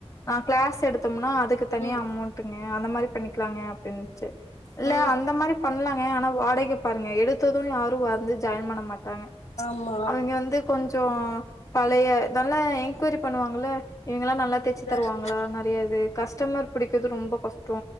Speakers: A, on the left; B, on the left.
A: ஆ கிளாஸ் எடுத்தம்னா அதுக்கு தனியா
B: ம்
A: அமௌண்ட்டுங்க அந்த மாரி பண்ணிக்லாங்க அப்டின்ச்சு
B: ஆமா
A: இல்ல அந்த மாரி பண்லாங்க ஆனா வாடகை பாருங்க எடுத்தது யாரு வந்து ஜாயின் பண்ண மாட்டாங்க
B: ஆமாங்க
A: அவிங்க வந்து கொஞ்சோ பழைய நல்லா என்குயரி பண்ணுவாங்கல இவங்கலா நல்லா தைச்சு தருவாங்களா
B: ஆமா
A: நறைய இது கஸ்டமர் புடிக்கர்து ரொம்ப கஷ் டோ